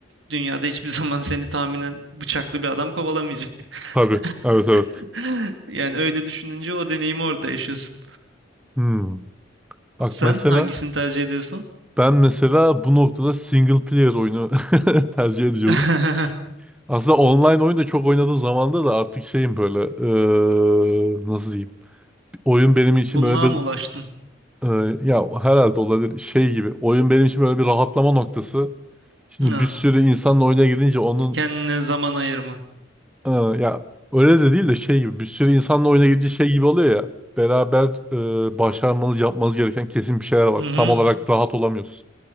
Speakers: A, on the right (about 70°); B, in the centre.
A: dünyada hiçbir <laughs> zaman seni tahminen bıçaklı bir adam kovalamayacak.
B: Tabii. Evet evet.
A: <laughs> Yani öyle düşününce o deneyimi orada yaşıyorsun.
B: Hmm. Bak
A: Sen
B: mesela
A: hangisini tercih ediyorsun?
B: ben mesela bu noktada single player oyunu <laughs> tercih ediyorum.
A: <laughs>
B: Aslında online oyun da çok oynadığım zamanda da artık şeyim böyle eee, nasıl diyeyim? Oyun benim için
A: Gumluğa
B: böyle bir
A: mı ulaştın?
B: Ee, ya herhalde olabilir şey gibi. Oyun benim için böyle bir rahatlama noktası. Şimdi
A: Ha,
B: bir sürü insanla oyuna gidince onun
A: kendine zaman ayırma.
B: e, ya öyle de değil de şey gibi bir sürü insanla oyuna gidince şey gibi oluyor ya. Beraber e, başarmanız yapmanız gereken kesin bir şeyler var.
A: Hı hı,
B: Tam olarak rahat olamıyorsun.